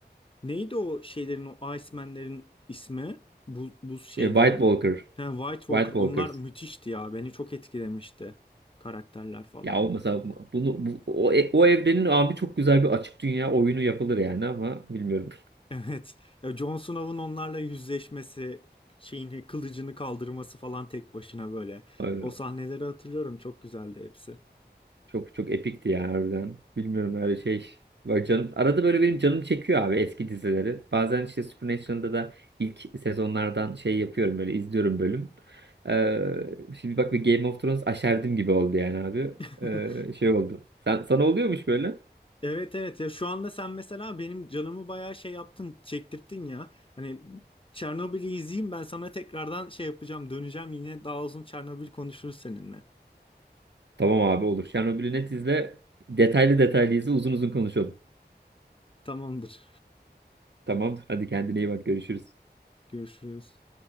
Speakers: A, on the left; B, on the right.
A: neydi o şeylerin o Iceman'lerin ismi? Bu, buz şeylerin.
B: Şey, White Walker,
A: Yani White Walker
B: White Walkers.
A: onlar müthişti ya beni çok etkilemişti karakterler falan.
B: Ya o mesela bunu bu, o, e, o evrenin abi çok güzel bir açık dünya oyunu yapılır yani ama bilmiyorum.
A: <laughs> Evet ya Jon Snow'un onlarla yüzleşmesi şeyini kılıcını kaldırması falan tek başına böyle.
B: <laughs>
A: O sahneleri hatırlıyorum çok güzeldi hepsi.
B: Çok çok epikti ya harbiden. Bilmiyorum öyle şey. Bak canım arada böyle benim canım çekiyor abi eski dizileri. Bazen işte Supernatural'da da ilk sezonlardan şey yapıyorum böyle izliyorum bölüm. Ee, şimdi bak bir Game of Thrones aşerdim gibi oldu yani abi.
A: <laughs>
B: Ee, şey oldu. Sen, sana oluyormuş böyle.
A: Evet evet ya şu anda sen mesela benim canımı bayağı şey yaptın çektirttin ya. Hani Çernobil'i izleyeyim ben sana tekrardan şey yapacağım döneceğim yine daha uzun Çernobil konuşuruz seninle.
B: Tamam abi olur. Chernobyl'ü net izle. Detaylı detaylı izle uzun uzun konuşalım.
A: Tamamdır.
B: Tamam. Hadi kendine iyi bak görüşürüz.
A: Görüşürüz.